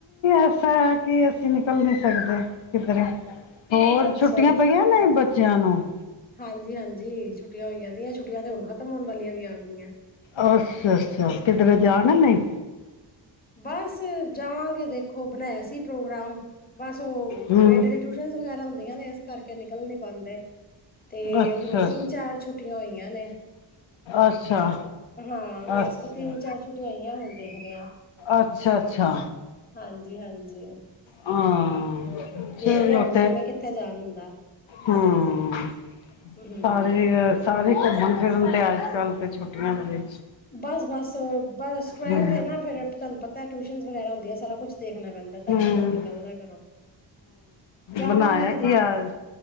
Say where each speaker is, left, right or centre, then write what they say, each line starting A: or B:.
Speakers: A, on the left; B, on the left.
A: ਐਸਾ ਹੈ ਕਿ ਅਸੀਂ ਨਿਕਲ ਨਹੀ ਸਕਦੇ। ਕਿਧਰ ਹੋਰ
B: ਅੱਛਾ
A: ਛੁੱਟੀਆਂ ਪਈਆਂ ਨੇ ਬੱਚਿਆਂ ਨੂੰ?
B: ਹਾਂਜੀ ਹਾਂਜੀ ਛੁੱ ਛੁੱਟੀਆਂ ਹੋਈਆ ਦੀਆਂ ਛੁੱਟੀਆਂ ਤੇ ਹੁਣ ਖਤਮ ਹੋਣ ਵਾਲੀਆਂ ਵੀ ਆ <inaudible>
A: ਅੱਛਾ-ਅੱਛਾ ਕਿਧਰੇ ਜਾਣਾ ਨਹੀਂ?
B: ਬਸ ਜਾਵਾਂਗੇ ਦੇਖੋ। ਉਹ ਬਣਾਇਆ ਸੀ ਪ੍ਰੋਗਰਾਮ। ਬਸ ਉਹ
A: ਹਮ
B: ਬੇਟੇ ਦੇ ਟਿਊਸ਼ਨ ਵਗੈਰਾ ਹੁੰਦੀਆਂ ਨੇ ਇਸ ਕਰਕੇ ਨਿਕਲ ਨੀ ਪਾਂਦੇ। ਤੇ
A: ਅੱਛਾ
B: ਹੁਣ ਤਿੰਨ ਚਾਰ ਛੁੱਟੀਆਂ ਹੋਈਆਂ ਨੇ,
A: ਅੱਛਾ ਅੱਛਾ
B: ਹਾਂ ਬਸ
A: ਅੱਛਾ
B: ਉਹ ਤਿੰਨ ਚਾਰ ਛੁੱਟੀਆਂ ਹੋਈਆਂ, ਹੁਣ ਦੇਖਦੇ ਆ।
A: ਅੱਛਾ-ਅੱਛਾ
B: ਹਾਂਜੀ-ਹਾਂਜੀ
A: ਹਾਂ
B: ਦੇਖਦੇ
A: ਚਲੋ
B: ਆ ਹੁਣ
A: ਤੇ
B: ਕਿਵੇਂ ਕਿੱਥੇ ਜਾਣ ਹੁੰਦਾ
A: ਹਮ। <unintelligible>
B: ਹੂੰ
A: ਘੁੰਮਣ ਫਿਰਨ ਤੇ ਅੱਜ ਕੱਲ੍ਹ ਤਾਂ ਛੁੱਟੀਆਂ ਦੇ ਦਿਨ
B: ਬਸ-ਬਸ-ਬਸ ਟਵੇਲਥ
A: ਹਮ
B: ਏ ਨਾ ਫਿਰ ਤੁਹਾਨੂੰ ਪਤਾ ਟਿਊਸ਼ਨ ਵਗੈਰਾ ਹੁੰਦੀਆਂ। ਸਾਰਾ ਕੁਛ। ਦੇਖਣਾ ਪੈਂਦਾ ਤਾਂ
A: ਹਮ-ਹਮ
B: ਹੀ ਬੰਦਾ ਨਿਕਲਦਾ ਘਰੋਂ ਜਾਵਾਂਗੇ
A: ਬਣਾਇਆ
B: ਕਿਧਰੇ
A: ਕੀ ਅੱਜ